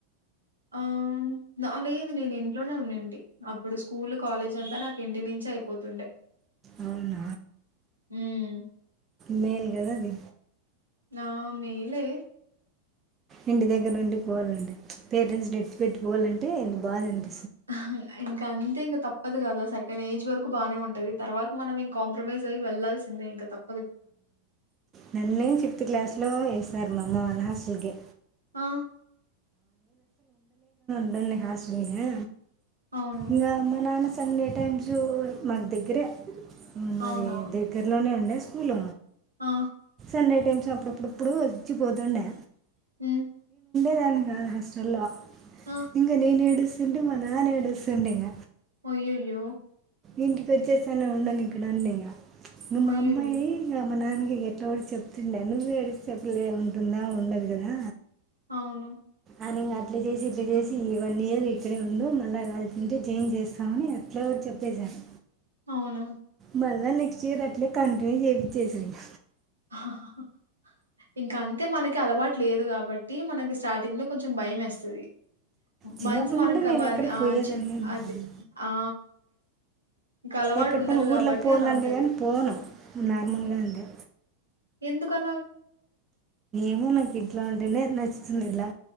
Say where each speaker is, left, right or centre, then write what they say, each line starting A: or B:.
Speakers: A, on the right (about 80°); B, on the right (about 25°).
A: ఆ లేదు నేను ఇంట్లోనే ఉన్నింటి అప్పుడు స్కూల్ కాలేజ్ అంతా నాకు ఇంటి నుంచే అయి పోతుండే
B: అవున
A: మ్
B: మేలు కద అది
A: ఆ మేలే
B: ఇంటి దగ్గర ఉండి పోవాలండి పేరెంట్స్ ని వదిలి విడిచి పెట్టి పోవాలంటేంత బాధనిప్
A: అ హ్ ఇంకా అంతే ఇంకా తప్ తప్పదు కదా సర్టెన్ ఏజ్ వరకు బానేంటది తర్వాత మనం కాంప్రమైజ్ అయి వెళ్లాల్సిందే ఇంకా తప్
B: నిన్ ఫిఫ్త్ క్లాస్ లో వేసారు మామ్మ వాళ్లు హాస్టల్ కి
A: ఆ!
B: టుంది హస్టల్ల
A: అవును.
B: ఇంగ మ నాన్న సండే టైమ్స్ స్కూల్ మాకు దగ్గరే మాది
A: అవునవును.
B: దగ్గరలోనే ఉండే స్కూల్
A: ఆ!
B: సండే టైమ్స్ అప్పుడప్పుడప్పుడు వచ్చిపోతుండే
A: హ్మ్.
B: ఉండే దాన్ని కాదు హాస్టల్లో
A: ఆ!
B: ఇంక నేను ఏడు స్తుంటే మ నాన్న ఏడు స్తుండే ఇగ
A: అయ్యయ్యో
B: ఇంటికి వచ్చేస్త నీను ఉండను ఇక్కడ ఇగ మ
A: అయ్యయ్యో!
B: అమ్మాయి దానికి ఎట్లాడి చెప్తుండే నువ్వేయ్ ఎడికి చెప్పలే ఉంటుందా ఉండదు కదా
A: అవును
B: అని అట్లా చేసి ఇట్లా చేసి ఈ వన్ ఇయర్ ఇక్కడే ఉండు మళ్ళా కావాలంటే చేంజ్ చేస్త అని ఏట్లో చెప్పేశాను
A: అవున
B: మళ్ళీ నెక్స్ట్ ఇయర్ అట్లే కంటిన్యూ చేపిచ్చేసాను
A: అ హ హ ఇంకా అంతే మనకి అలవాటు లేదు కాబట్టి మనకి స్టార్టింగ్ లో కొంచెం భయంఎస్తది
B: చిన్నప్పటి
A: మంత్స్ మరక
B: నుండి నేను
A: మరి
B: ఎక్కడికి
A: ఆ
B: పోయేదాన్ని
A: చి అది
B: కానీ
A: ఆ ఇంక అలవాటు
B: ఎక్కడినా
A: ఉండదు
B: ఊర్ళకి
A: గాబట్టి
B: పాలంటేగాని
A: అలా ఉంటది.
B: పోను నార్మల్గ అండి
A: ఎందుకు అలాగా
B: ఎమో నాకు ఇట్లా ఉంటేనే నచ్చుతుంది ఇలా